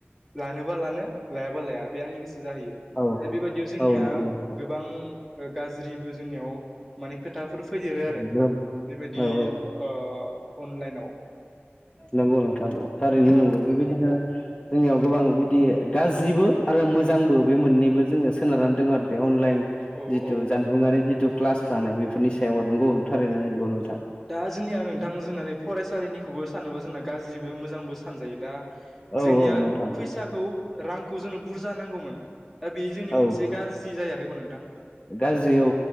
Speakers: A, in the centre; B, on the left.
A: ला नोबा लानो लायाबा लाया बे आंनि गोसो जाहैयो
B: औ
A: दा बेबायदियाव जोंनिया
B: औ नंगौ नोंथां
A: गोबां गाज्रिबो जोंनियाव माने खोथाफोर फैदेरो आरो
B: औ
A: बेबायदि
B: औ
A: ओ अनलाइनाव
B: नंगौ नोंथां औ थारैनो
A: औ
B: नंगौ
A: नोंथां
B: बेबायदिनो जोंनियाव गोबां बिदि गाज्रिबो आरो मोजांबो बे मोननैबो जोङो सोनारनानै दङ आरो बे अनलाइन
A: औ
B: जिथु
A: औ
B: जानबुंआरि जिथु
A: औ
B: क्लास लानाय बेफोरनि सायाव नोंगौ
A: औ
B: थारैनो नंगौ
A: औ
B: नों
A: दा जोंनिया नोंथां जोंना फरायसालिनिखौबो सानोबा जोंना गाज्रिबो मोजांबो सानजायो दा
B: औ
A: जोंनिया
B: औ नोंथां
A: फैसाखौ
B: औ
A: रांखौ जोंनो बुरजा नांगौमोन। दा बेयो जोंनि
B: औ
A: मोनसे गाज्रि जायाखै होनबा नोंथां?
B: गाज्रि औ